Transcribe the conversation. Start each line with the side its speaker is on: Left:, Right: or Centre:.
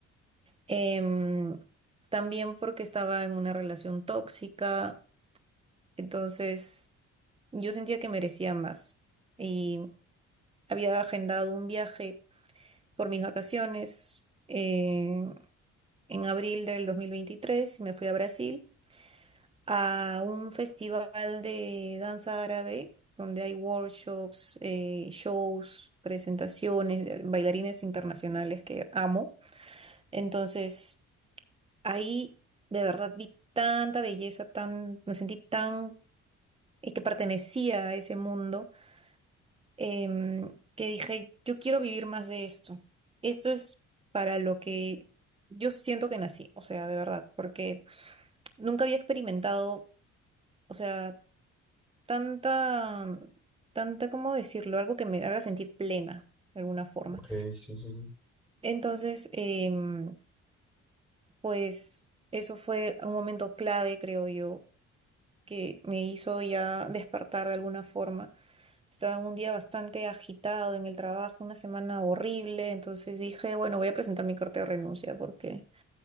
Right: Em, también porque estaba en una relación tóxica, entonces yo sentía que merecía más y había agendado un viaje por mis vacaciones eh, en abril del 2023 y me fui a Brasil. a un festival de danza árabe donde hay workshops, eh, shows, presentaciones, de bailarines internacionales que amo. Entonces, ahí de verdad vi tanta belleza, tan, me sentí tan eh, que pertenecía a ese mundo, em, que dije, yo quiero vivir más de esto. Esto es para lo que yo siento que nací, o sea, de verdad, porque nunca había experimentado. O sea, tanta, tanta, ¿cómo decirlo? Algo que me haga sentir plena, de alguna forma.
Centre: Ok, sí, sí, sí.
Right: Entonces, em, pues eso fue un momento clave, creo yo, que me hizo ya despertar de alguna forma. Estaba en un día bastante agitado en el trabajo, una semana horrible, entonces dije, bueno, voy a presentar mi carta de renuncia porque,